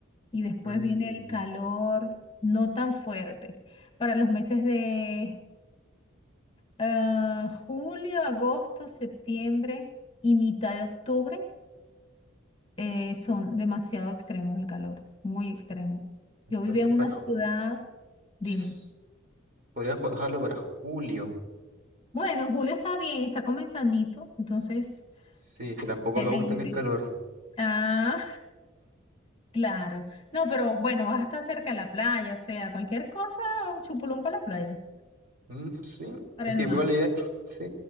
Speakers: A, on the left; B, on the right.
A: Y después
B: mm.
A: viene el calor no tan fuerte. Para los meses de Ah, julio, agosto, septiembre y mitad de octubre eh, son demasiado extremos el calor, muy extremo.
B: Entonces
A: Yo vivía en
B: para
A: una
B: ju-
A: ciudad, dime.
B: s- podrías dejarlo para julio.
A: Bueno, en julio está bien, está comenzandito, entonces,
B: Sí, es que tampoco
A: excelente.
B: me gusta a mí el calor.
A: Ah, <laughs> claro. No, pero bueno, vas a estar cerca de la playa, o sea, cualquier cosa, un chupulón para la playa,
B: Mm, sí,
A: para
B: es
A: el
B: que
A: mar.
B: igual la idea es- sí,